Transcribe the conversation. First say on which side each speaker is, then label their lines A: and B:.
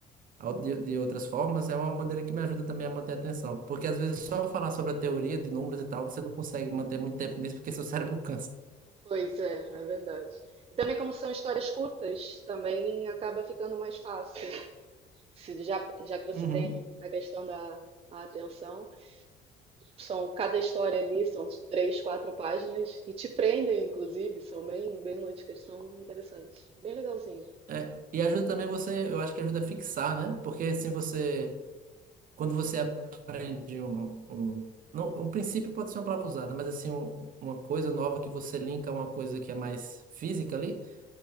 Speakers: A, on the right (about 55°); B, on the right (about 35°).
A: a ou- de, de outras formas, é uma maneira que me ajuda também a manter a atenção. Porque às vezes só falar sobre a teoria de números e tal, você não consegue manter muito tempo nisso porque seu cérebro <laughs> cansa.
B: Pois é, é verdade. E também como são histórias curtas, também acaba ficando mais fácil. Se já, já que você
A: Uhum.
B: tem a questão da a atenção, São, cada história ali são três, quatro páginas e te prendem, inclusive, são bem, bem lúdicas, são interessantes, bem legalzinho.
A: É, e ajuda também você, eu acho que ajuda a fixar, né? Porque se você quando você aprende um, um, não, um princípio pode ser uma palavra usada, mas assim, um- uma coisa nova que você linka a uma coisa que é mais física ali,